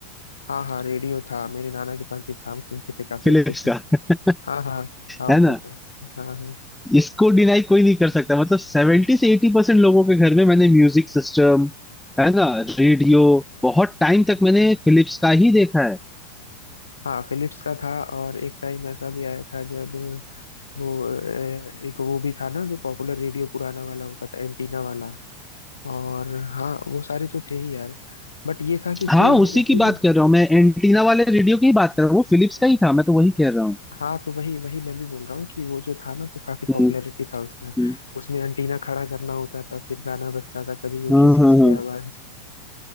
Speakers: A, on the left; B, in the centre.
A: हाँ हाँ रेडियो था मेरे नाना के पास भी था हम सुनते थे काफी
B: फिलिप्स
A: अच्छे से
B: का <laughs>
A: हाँ हाँ था उनके
B: है ना
A: पास हाँ हाँ
B: इसको डिनाई कोई नहीं कर सकता मतलब सेवेंटी से एटी परसेंट लोगों के घर में मैंने म्यूजिक सिस्टम है ना रेडियो बहुत टाइम तक मैंने फिलिप्स का ही देखा है
A: हाँ फिलिप्स का था और एक टाइम ऐसा भी आया था जब वो अ, एक वो भी था ना जो पॉपुलर रेडियो पुराना वाला होता था एंटीना वाला और हाँ वो सारे तो थे ही यार बट ये था कि उससे
B: हाँ
A: लोगों
B: उसी की
A: की
B: बात
A: ना
B: कर रहा हूँ मैं एंटीना वाले रेडियो की ही बात कर रहा हूँ वो फिलिप्स का ही था मैं तो वही कह रहा
A: हाँ तो वही वही मैं भी बोल रहा हूँ कि वो जो था ना तो काफी
B: हूँ
A: पॉपुलैरिटी था उसका
B: हम्म,
A: उसमें एंटीना खड़ा करना होता था फिर गाना बजता था कभी वो
B: हाँ
A: खिस
B: हाँ
A: खिस की
B: हाँ
A: आवाज